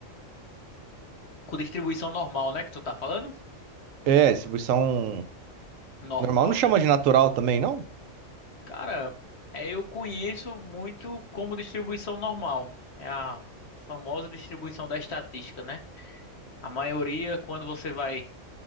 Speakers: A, on the left; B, on the right.
A: com distribuição normal, né, que tu tá falando?
B: É, distribuição
A: Normal,
B: normal. Não chama
A: né?
B: de natural também, não?
A: Cara, é, eu conheço muito como distribuição normal. É a famosa distribuição da estatística, né? A maioria, quando você vai